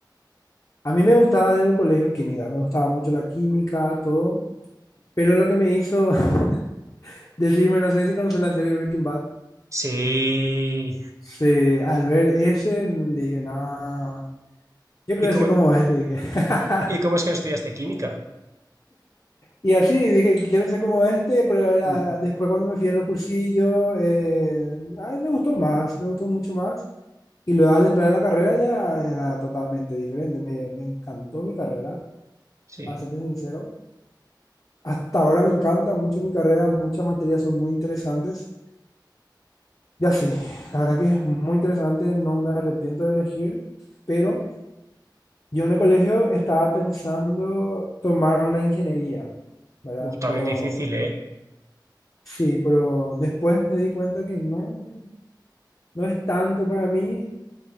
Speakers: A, on the left; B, on the right.
A: a mí me gustaba del colegio química, me gustaba mucho la química, todo. Pero lo que me hizo <laughs> Decime, no sé si conoces la serie Breaking Bad.
B: Sí.
A: Sí, al ver ese, dije, no, yo quiero
B: ¿Y cómo,
A: ser como este, dije. <laughs>
B: y cómo es que no estudiaste química?
A: Y así, dije, quiero ser como este, pero
B: Mm,
A: ah, después cuando me fui en los cursillos, eh, ay, me gustó más, me gustó mucho más. Y luego al entrar a la carrera ya era totalmente diferente, me, me encantó mi carrera,
B: Sí.
A: para serte sincero. Hasta ahora me encanta mucho mi carrera, muchas materias son muy interesantes. Ya sí, la verdad que es muy interesante, no me arrepiento de elegir, pero... Yo en el colegio estaba pensando tomar una ingeniería, ¿verdad?
B: Uf, también
A: Pero
B: difícil, ¿eh?
A: sí, pero después me di cuenta que no, no es tanto para mí,